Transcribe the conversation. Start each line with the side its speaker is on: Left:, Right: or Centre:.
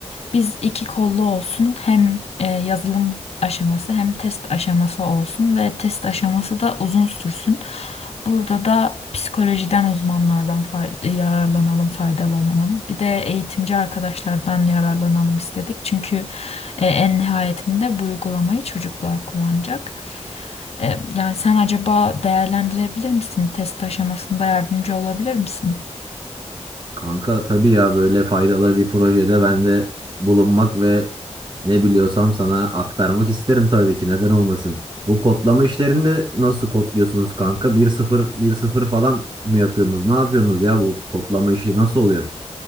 Left: biz iki kollu olsun hem e, yazılım aşaması hem test aşaması olsun ve test aşaması da uzun sürsün. Burada da psikolojiden uzmanlardan fay- yararlanalım, faydalanalım. Bir de eğitimci arkadaşlardan yararlanalım istedik. Çünkü e, en nihayetinde bu uygulamayı çocuklar kullanacak. E, yani sen acaba değerlendirebilir misin? Test aşamasında yardımcı olabilir misin?
Right: Kanka tabii ya böyle faydalı bir projede ben de bulunmak ve ne biliyorsam sana aktarmak isterim tabii ki. Neden olmasın? Bu kodlama işlerinde nasıl kodluyorsunuz kanka? Bir sıfır bir sıfır falan mı yapıyorsunuz? Ne yapıyorsunuz ya bu kodlama işi nasıl oluyor?